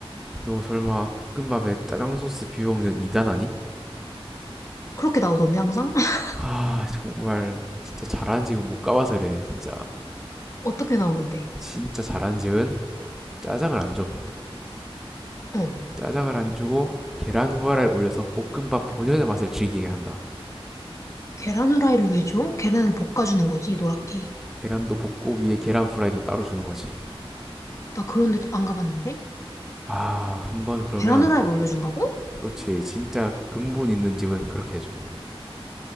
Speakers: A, in the centre; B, on the left (about 30°).
A: 너 설마 볶음밥에 짜장 소스 비벼 먹는 이단 아니?
B: 그렇게 나오던데, 항상? <laughs>
A: 하 정말 진짜 잘한 집을 못 가봐서 그래 진짜
B: 어떻게 나오는데?
A: 진짜 잘한 집은 짜장을 안 줘.
B: 응.
A: 짜장을 안 주고 계란 후라이를 올려서 볶음밥 본연의 맛을 즐기게 한다.
B: 계란 후라이를 왜 줘? 계란을 볶아주는 거지, 노랗게.
A: 계란도 볶고 위에 계란 후라이도 따로 주는 거지.
B: 나 그런데 안 가봤는데?
A: 아, 한번 그러면
B: 계란 후라이를 올려준다고?
A: 그렇지. 진짜 근본 있는 집은 그렇게 해줘.